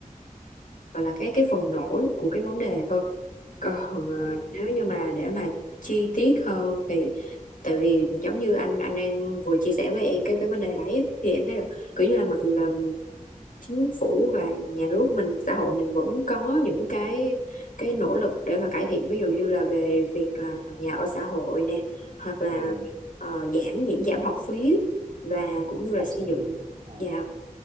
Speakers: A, on the left; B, on the right.
A: gọi là cái cái phần nổi của cái vấn đề thôi còn ờ,
B: ừ.
A: nếu như mà để mà chi tiết hơn thì tại vì giống như anh anh đang vừa chia sẻ với em cái cái vấn đề đấy á, thì em thấy là kiểu như là mặc dù là chính phủ và nhà nước mình xã hội mình vẫn có những cái cái nỗ lực để mà cải thiện ví dụ như là về việc là nhà ở xã hội nè hoặc là
B: Ừ.
A: ờ, giảm miễn giảm học phí và cũng như là
B: học
A: xây
B: sinh
A: dựng
B: à,
A: nhà